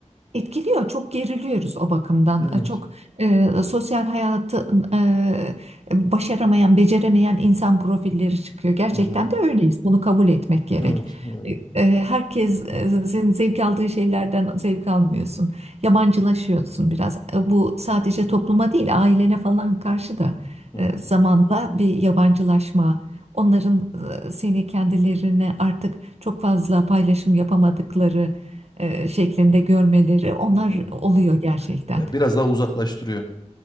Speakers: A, on the right; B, on the left.
A: Etkiliyor, çok geriliyoruz o bakımdan.
B: Evet.
A: E, Çok e, sosyal hayatı e, başaramayan, beceremeyen insan profilleri çıkıyor. Gerçekten
B: Hı hı.
A: de öyleyiz. Bunu kabul etmek gerek.
B: Evet yani.
A: E, e, herkesin zevk aldığı şeylerden zevk almıyorsun. Yabancılaşıyorsun biraz. E, bu sadece topluma değil, ailene falan karşı da
B: Hı
A: e,
B: hı.
A: zamanla bir yabancılaşma. Onların e, seni kendilerine artık çok fazla paylaşım yapamadıkları e, şeklinde görmeleri onlar
B: Hı hı.
A: oluyor gerçekten.
B: Ya biraz daha uzaklaştırıyor.